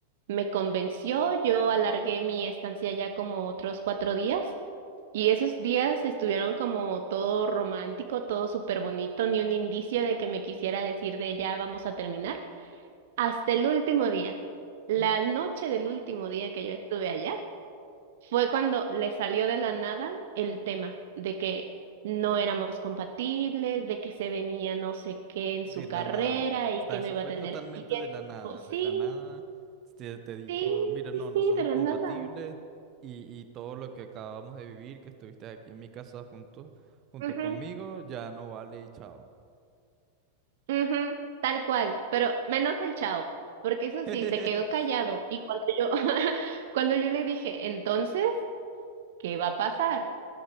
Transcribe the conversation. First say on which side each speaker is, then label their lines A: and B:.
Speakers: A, on the right (about 55°); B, on the right (about 35°).
A: Me convenció, yo alargué mi estancia ya como otros cuatro días. Y esos días estuvieron como todo romántico, todo súper bonito, ni un indicio de que me quisiera decir de ya vamos a terminar hasta el último día. La
B: Mm,
A: noche del último día que yo estuve allá fue cuando le salió de la nada el tema de que no éramos compatibles, de que se venía no sé qué en
B: De
A: su
B: la
A: carrera
B: nada. O
A: y
B: sea,
A: que
B: eso
A: no iba
B: fue
A: a tener
B: totalmente
A: tiempo.
B: de la nada.
A: Sí,
B: De la nada te, te dijo,
A: sí,
B: mira,
A: sí,
B: no, no
A: sí,
B: somos
A: de la
B: compatibles
A: nada.
B: y, y todo lo que acabamos de vivir, que estuviste aquí en mi casa junto, junto
A: Ujú,
B: conmigo, ya no vale y chao.
A: ujú, tal cual, pero menos el chao, porque eso
B: <laughs>
A: sí, se quedó callado y cuando yo, <laughs> cuando yo le dije, entonces, ¿qué va a pasar?